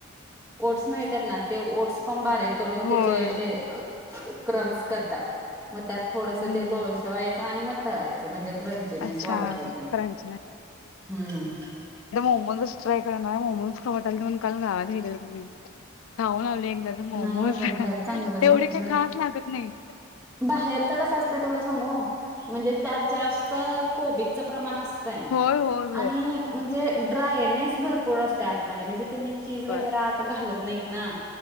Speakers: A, in the centre; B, on the left.
A: ओट्स मिळत्या त ना ते ओट्स पण बारीक करून
B: होय
A: त्याचे हे क्रम्स करतात. म त्यात थोडंसं
B: हम्म
A: ते लोळसवायचं
B: हम्म
A: आणि म तळायचं म्हणजे क्रंचीनेस
B: अच्छा
A: वाढताय.
B: <inaudible>
A: हूं!
B: आ मोमोजच ट्राय करणार, मोमोज <unintelligible> खाऊन आली एकदा च मोमोज,
A: नाही अगं बाहेर
B: येवढे
A: चांगलं भेटत
B: काही
A: नाही.
B: खास लागत नाही.
A: बाहेरच कस असतय तुला सांगू म्हणजे त्यात जास्त कोबिजच प्रमाण अस
B: होय होय
A: आणि
B: होय
A: म्हणजे ड्रायनेस भरपूर असतय आतमध्ये म्हणजे ते नी चीज वगैरे
B: होय
A: आत घालत नाहीत ना